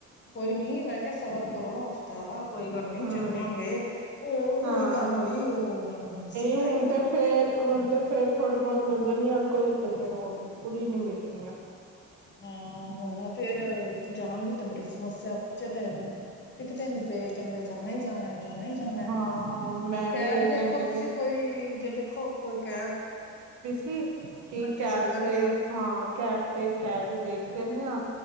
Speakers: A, on the left; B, on the right.
A: ਕੋਈ ਨੀ ਮੈਂ ਸਵਰ ਕਰੋ ਹਫ਼ਤਾ ਕੋਈ ਗੱਲ ਨਹੀਂ
B: ਹਮ
A: ਚੱਲ ਜਾਂਗੇ, ਉਹ
B: ਹਾਂ
A: ਉਹੀ ਗੱਲ ਹੋਈ ਉਹ ਹੁਣ ਸੀਟਾਂ
B: ਹੁਣ
A: ਹੀ ਨਹੀਂ ਹੁੰਦੀ
B: ਤੇ ਫੇਰ ਹੁਣ ਤੇ ਫੇਰ ਥੋੜ੍ਹੀ ਬਹੁਤ ਮਿਲ ਜਾਂਦੀ ਆ ਅੱਗੋਂ ਦੇਤੇ ਫੇਰ ਹੋ ਬਿਲਕੁਲ ਹੀ ਨਹੀਂ ਮਿਲਦੀਆਂ
A: ਹਾਂ ਹੁਣ ਫੇਰ ਜਾਣ ਦੀ ਤੇ ਬੜੀ ਸਮੱਸਿਆ ਬੱਚੇ ਤੇ ਇੱਕ ਦਿਨ ਕਹਿੰਦੇ ਜਾਣਾ ਹੀ ਜਾਣਾ ਹੈ ਜਾਣਾ ਹੀ ਜਾਣਾ ਹੈ,
B: ਹਾਂ ਮੈਂ
A: ਕੈਬ
B: ਵੀ ਇਹੀ
A: ਦੇਖੋ
B: ਕਹਿੰਦੇ
A: ਤੁਸੀਂ
B: ਪਏ
A: ਕੋਈ ਜੇ ਦੇਖੋ ਕੋਈ ਕੈਬ
B: ਕੀ
A: ਇਕੱਠੇ
B: ਕੀ ਕੈਬ
A: ਚੱਲ ਜਾਂਦੇ
B: ਤੇ
A: ਆ
B: ਹਾਂ ਕੈਬ ਤੇ ਕੈਬ ਹੀ ਦੇਖ ਲੈਂਦੇ ਹਾਂ